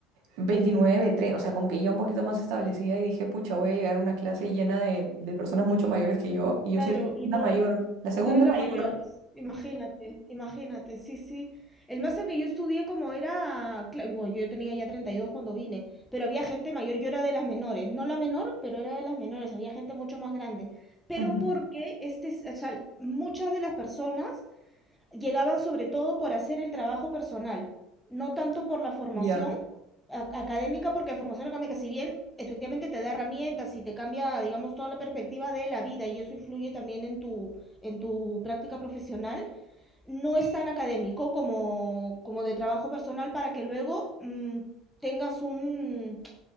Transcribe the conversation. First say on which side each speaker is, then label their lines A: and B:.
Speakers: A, on the right (about 65°); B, in the centre.
A: 29, 30, o sea, como que ya un poquito más establecida, y dije, pucha, voy a llegar a una clase llena de, de personas mucho mayores que yo, y yo
B: Claro,
A: soy la
B: y no,
A: segunda mayor, la segunda
B: Tú eres la
A: mayor.
B: mayor, imagínate, imagínate, sí, sí. El máster que yo estudié como era, cla- yo yo tenía ya 32 cuando vine, pero había gente mayor, yo era de las menores, no la menor, pero era de las menores, había gente mucho más grande. Pero
A: Ujú,
B: porque este, o sea, muchas de las personas llegaban sobre todo por hacer el trabajo personal, no tanto por la formación
A: Ya,
B: a- académica, porque la formación académica, si bien efectivamente te da herramientas y te cambia, digamos, toda la perspectiva de la vida y eso influye también en tu, en tu práctica profesional, no es tan académico como, como de trabajo personal para que luego mm, tengas un,